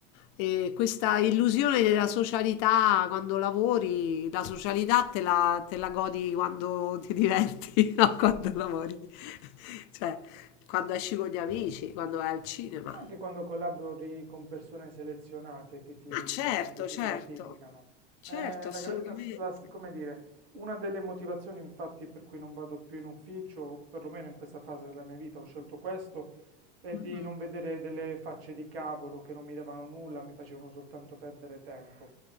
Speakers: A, on the left (about 55°); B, on the right (about 85°).
A: E questa illusione della socialità quando lavori, la socialità te la, te la godi quando ti diverti, <laughs> non quando lavori. <laughs> Cioè, quando esci con gli amici, quando vai al cinema.
B: Anche quando collabori con persone selezionate che ti,
A: Ma certo,
B: diciamo, che ti
A: certo,
B: gratificano.
A: certo,
B: Eh,
A: assolutamente.
B: la gra- la s- la s- come dire, una delle motivazioni, infatti, per cui non vado più in ufficio, perlomeno in questa fase della mia vita, ho scelto questo, è
A: Mm,
B: di
A: mm.
B: non vedere delle facce di cavolo che non mi davano nulla, mi facevano soltanto perdere tempo.